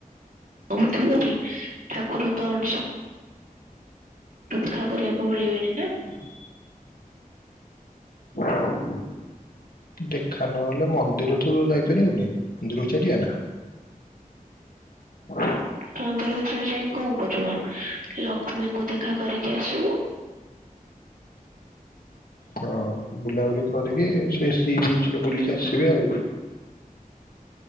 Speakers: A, on the right; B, on the left.
A: <unintelligible> ଠାକୁର ତରଣ ସବୁ ଦେଖା କରିବାକୁ ପଳିବେନି
B: ହ <inaudible> ହ <inaudible> ଦେଖା ନହେଲେ ମନ୍ଦିର ତ ଯାଇପାରିବୁନି ମନ୍ଦିରକୁ ଛାଡିବା ନା ହଁ <inaudible>
A: ମନ୍ଦିର ଭିତରେ ଯାଇ କଣ କରିବ, ଲକ୍ଷ୍ମୀଙ୍କୁ ଦେଖା କରି <unintelligible> ଜୟ ଶ
B: ହଁ ବୁଲାବୁଲି କରିକି ସେଇ ସି ବିଚ୍ ରେ ବୁଲିକି ଆସିବେ ଆଉ